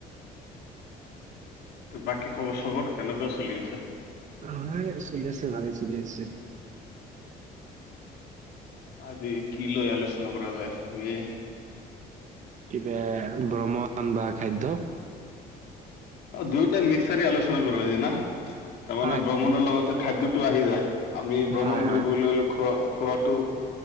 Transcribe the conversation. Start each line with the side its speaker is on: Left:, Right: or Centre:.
Left: ত বাকী খবৰ খবৰ কেনেকুৱা চলি আছে
Right: <unintelligible>
Left: আজি কি লৈ আলোচনা কৰা যায় আমি
Right: কিবে ভ্ৰমণ বা খাদ্য
Left: অ দুইটা মিক্স চাৰি আলোচনা কৰো আজি না তাৰমানানে
Right: হয়,
Left: ভ্ৰমণৰ লগতে খাদ্যটো আহি যায় আমি ভ্ৰমণ
Right: হয়, হয়,
Left: কৰিবলৈ হলে খোৱা খোৱাটো